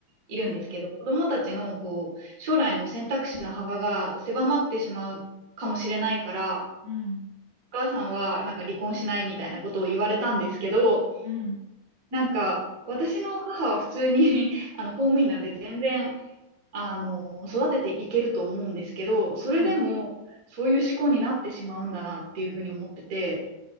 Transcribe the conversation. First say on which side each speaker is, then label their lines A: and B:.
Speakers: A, on the right (about 35°); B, on the right (about 75°).
A: いるんですけど、
B: はい。
A: 子供たちの、こう、将来の選択肢の幅が狭まってしまうかもしれないから、
B: うん。
A: お母さんは、なんか離婚しないみたいなことを言われたんですけど、
B: うん。
A: なんか、私の母は普通に <laughs> あの、公務員なので全然、あの、育てていけると思うんですけど、それでも、
B: はい。
A: そういう思考になってしまうんだなっていうふうに思ってて、